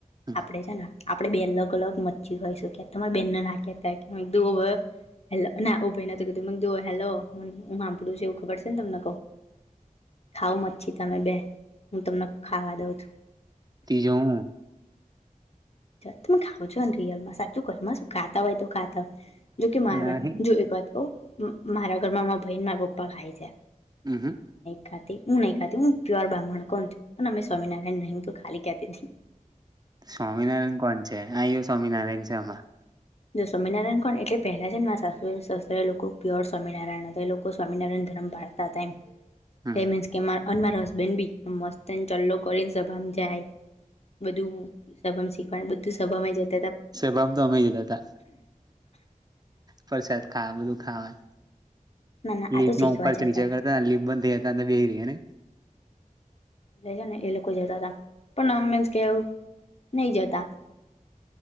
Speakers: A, on the right; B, on the left.
A: હમ
B: આપડે છે ને આપણે બે અલગ અલગ મચ્છી ખઈશું ક્યાં તમારે બેનને નાખહેતા કે એક દ હે ના ઉભય ના તો કધું મ જો હેલો હું સાંભળું છ એવું ખબર છે ને તમને. ખાવ મછી તમે બે, હું તમને ખાવા દઉં છું.
A: તી જવુ.
B: તમે ખાવ છો ને રિયલમાં સાચું ઘરમાં શું ખાતા હોય તો ખાતા હોય. જોકે મારા
A: નહી
B: જો એક વાત કઉ મારા ઘરમાં મા બહેન મારા પપ્પા ખાય છે.
A: હમ હમ.
B: ખા હું નહી ખાતી હું પ્યોર બ્રહ્મણ કોણ અને અમે સ્વામિનારાયણ ન તો ખાલી કેતીતી.
A: સ્વામિનારાયણ કોણ છે આયો સ્વામિનારાયણ છે આમાં.
B: જો સ્વામિનારાયણ કોણ એટલે પહેલા જુ શસ્ત્ર એ લોકો પ્યોર સ્વામિનારાયણ હતા એ લોકો સ્વામિનારાયણ ધર્મ પાળ હતા. ટતા એમ,
A: હમ
B: પેમેન્ટસ કે અને મારા હસબેન્ડ બી મસ્તને ચલો કરીને સભામાં જાય. બધું સભમ શીખવાનું બધું સભમ જ
A: સેબમ તો અમે જતા હતા. પ્રસાદ ખા બધું ખાવા.
B: ના ના આ
A: લી
B: તો
A: પ
B: શીખવા
A: પરચની
B: જતા હતા
A: છેે લ બંધેતા બેરી એને <unintelligible>
B: છે ને એ લોકો જતા હતા, પણ મીન્સ કે એવું નહી જતા.